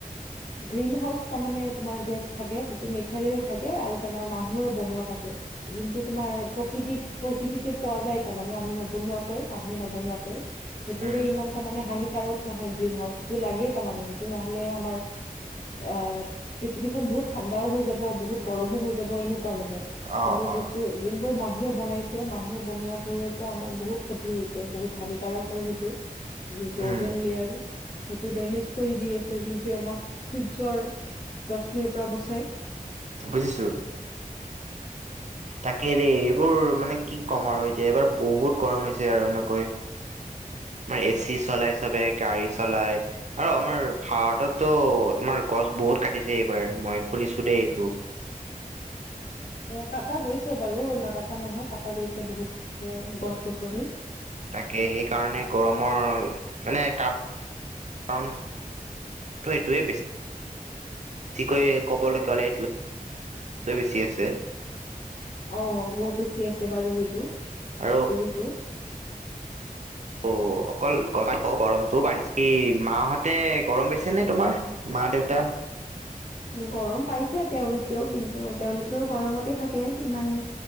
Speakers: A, on the left (about 75°); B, on the right (about 50°).
A: গ্ৰীণ হাউচ তাৰমানে তোমাৰ গেছ থাকে, সেইটো নেচাৰেল থাকে আৰু তোমাৰ মানুহেও বনোৱা থাকে। যোনটো তোমাৰ প্ৰকৃতিত - প্ৰকৃতিতে পোৱা যায় তাৰমানে আমি নবনুৱাকৈ। মানুহে নবনোৱাকৈ, সেইটোৰেই
B: উম,
A: ইমান তাৰমানে হানিকাৰক। নহয় গ্ৰীণ হাউচ সেইটো লাগেই তাৰমানে সেইটো নহ'লে আমাৰ। অ' পৃথিৱীখন বহুত ঠাণ্ডাও হৈ যাব বহুত গৰমো হৈ যাব এনেকুৱা মানে।
B: অ',
A: কিন্তু
B: অ',
A: যিটো যোনবোৰ মানুহে বনাইছে, মানুহে বনোৱা বোৰৰ পৰা আমাৰ বহুত খত। হৈছে বহুত হানিকাৰক হয় সেইবোৰ, যিহেতটো
B: উম
A: ওজন লেয়াৰ। সেইটো ডেমেজ কৰি দি আছে, যোনটো আমাক সূৰ্যৰ ৰশ্মিৰ পৰা বচাই।
B: বুজিছো। তাকে দেই এইবোৰ মানে কি ক'ম আৰু এতিয়া এইবাৰ বহুত গৰম হৈছে আৰু এনেকৈ।
A: <inaudible>
B: আমাৰ এ চি চলাই চবে গাড়ী চলাই। আৰু আমাৰ ভাৰততো তোমাৰ গছ বহুত কাটিছে এইবাৰ মই শুনিছো দেই এইটো।
A: অ' কাটা গৈছে বাৰু নাকাটা নহয় কাটা গৈছে বহুত গছ - গছনি।
B: তাকে সেইকাৰণে গৰমৰ মানে কাৰ কাৰণ। ত' সেইটোৱে বেছি। কি কয় ক'বলৈ পালে এইটো বেছি আছে।
A: অ মোক বেছি আছে বাৰু সেইটো
B: আৰু
A: বুজিছো
B: অ', অকল গৰমটোও বাঢ়িছে মাহতে গৰম পঢ়িছে নে তোমাৰ। মা দেউতা।
A: গৰম পাইছে তেওঁলোকেও কিন্তু তেওঁলোকেও গৰমতে থাকে ইমান